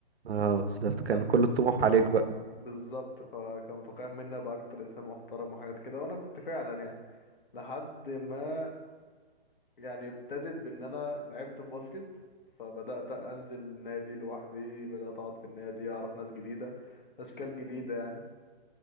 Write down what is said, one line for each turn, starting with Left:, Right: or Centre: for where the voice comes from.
Right: اه بالظبط كان
Left: بس
Right: كل الطموح عليك بقى
Left: بالظبط فكان متوقع مني ابقى اكتر انسان محترم وحاجات كده وانا كنت فعلا يعني لحد ما يعني ابتدت بان انا لعبت باسكت فبدات انزل النادي لوحدي بدات اقعد في النادي اعرف ناس جديده اشكال جديده يعني